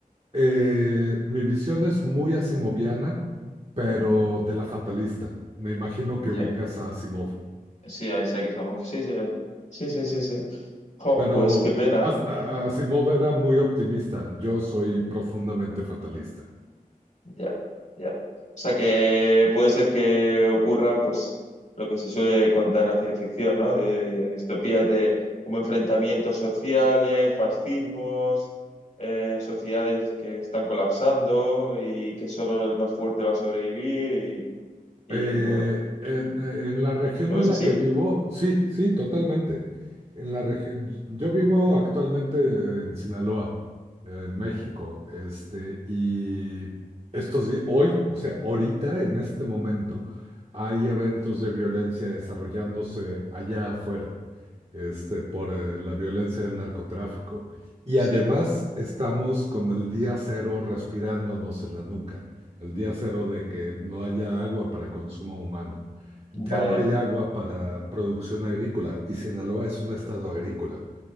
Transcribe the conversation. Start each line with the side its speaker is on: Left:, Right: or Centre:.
Right: Eh, mi visión es muy asimoviana, pero
Left: Ujú.
Right: de la fatalista. Me imagino que
Left: Ya.
Right: ubicas a Asimov.
Left: Sí, Isaac Asimov. Sí, sí, sí, sí, sí, sí. Jo,
Right: Pero
Left: pues qué pena.
Right: As- a- Asimov era muy optimista, yo soy profundamente fatalista.
Left: Ya, ya. O sea que puede ser que ocurran, pues, lo que se suele contar en la ciencia ficción, ¿no? De- de distopías de como enfrentamientos sociales, fascismos, eh, sociedades que están colapsando y que solo el más fuerte va a sobrevivir y,
Right: Eh,
Left: y, bueno,
Right: en, en la región
Left: ¿lo ves
Right: en la
Left: así?
Right: que vivo, sí, sí, totalmente. En la regi- yo vivo actualmente en Sinaloa, en México,
Left: Ujú.
Right: este, y estos días, hoy, o sea, ahorita, en este momento, hay eventos de violencia desarrollándose allá afuera. este, por eh, la violencia del narcotráfico. Y
Left: Sí,
Right: además estamos con el día cero respirándonos en la nuca, el día cero de que no haya agua para consumo humano, ya
Left: vaya,
Right: no hay agua para producción agrícola y Sinaloa es un estado agrícola.